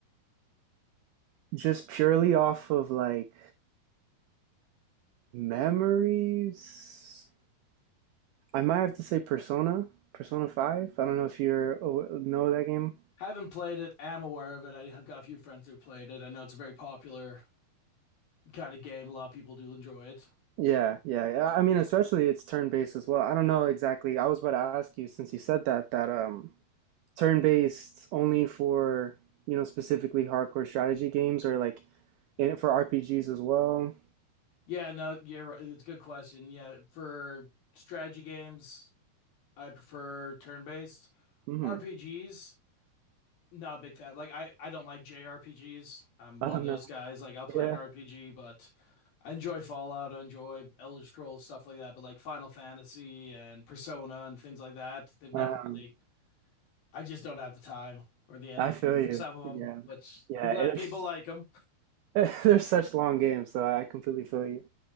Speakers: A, on the right; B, on the left.
A: just purely off of like memories, I might have to say Persona, Persona 5. I don't know if you're aw- know that game.
B: Haven't played it. Am aware of it. I have got a few friends who played it. I know it's a very popular kind of game. A lot of people do enjoy it.
A: Yeah, yeah. yeah. I mean, especially it's turn-based as well. I don't know exactly. I was about to ask you since you said that that um turn-based only for, you know, specifically hardcore strategy games or like in for RPGs as well.
B: Yeah, no, you're right. It's a good question. Yeah, for strategy games, I prefer turn-based.
A: hmm
B: RPGs, not a big fan. Like I, I don't like JRPGs. I'm
A: I
B: one
A: don't
B: of those
A: know.
B: guys. Like I'll play
A: Yeah.
B: an RPG, but I enjoy Fallout, I enjoy Elder Scrolls, stuff like that. But like Final Fantasy and Persona and things like that, they've never
A: Um,
B: really I just don't have the time or the energy
A: I feel you.
B: for some of
A: Yeah.
B: them, but
A: Yeah,
B: I'm glad
A: it's
B: people like them.
A: <laughs> there's such long games, so I completely feel you.